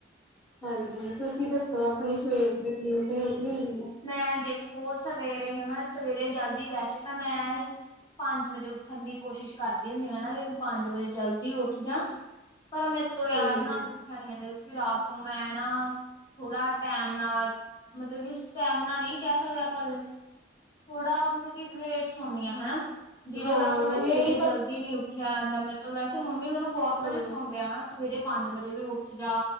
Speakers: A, in the centre; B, on the left.
A: ਹਾਂਜੀ ਤੁਸੀ ਕੀ ਦੱਸੋ ਆਪਣੀ ਸਵੇਰ ਦੀ ਰਟੀਨ ਕਿਹੋ ਜਿਹੀ ਹੁੰਦੀ ਆ।
B: ਮੈਂ ਦੇਖੋ ਸਵੇਰੇ ਹਨਾ ਸਵੇਰੇ ਜਲਦੀ ਵੈਸੇ ਤਾਂ ਮੈਂ ਪੰਜ ਵਜੇ ਉੱਠਣ ਦੀ ਕੋਸ਼ਿਸ਼ ਕਰਦੀ ਹੁੰਨੀ ਆਂ ਵੀ ਪੰਜ ਵਜੇ ਜਲਦੀ ਉੱਠ ਜਾਂ। ਪਰ ਮੈਂ ਤੋ ਯਾਰ
A: ਹਾਂਜੀ
B: ਨਾ ਉੱ ਉਠਿਆ ਨਈ ਜਾਂਦਾ ਕਿਉਂਕਿ ਰਾਤ ਨੂੰ ਮੈਂ ਨਾ ਥੋੜਾ ਟੈਮ ਨਾਲ ਮਤਲਬ ਕਿ ਸ ਟੈਮ ਨਾਲ ਨਈ ਕੈ ਸਕਦੇ ਆਪਾਂ ਥੋੜਾ ਮਤਲਬ ਕਿ ਲੇਟ ਸੌਣੀ ਆਂ ਹਨਾ। ਜਿਦੇ
A: ਹਾਂ
B: ਕਰਕੇ ਮੈਂ
A: ਇਹੀ
B: ਸਵੇਰੇ
A: ਤਾਂ
B: ਜਲਦੀ ਨੀ ਉੱਠ ਠਿਆਰ ਨਾਲ ਮੇਰੇ ਤੋਂ ਵੈਸੇ ਮੰਮੀ ਮੈਨੂੰ ਬੋਤ ਵਾਰੀ
A: ਹਾਂ
B: ਉਠਾਉਂਦੇ ਆ ਹਨਾ ਸਵੇਰੇ ਪੰਜ ਵਜੇ ਵੀ ਉੱਠ ਜਾ